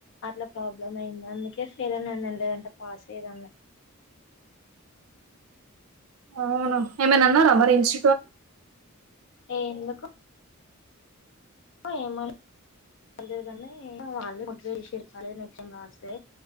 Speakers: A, on the left; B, on the right.
A: అట్లా ప్రాబ్లమ్ అయింది అందుకే ఫెయిల్ అనిందండి లేదంటే పాస్ అయదామ్మా
B: అవును ఏమ నన్నార మరి ఇన్స్
A: ఏ ఎందు క్క ఏమ కా వాళ్ళే చెర్పాలి నెక్స్ట్ టైం రాస్తే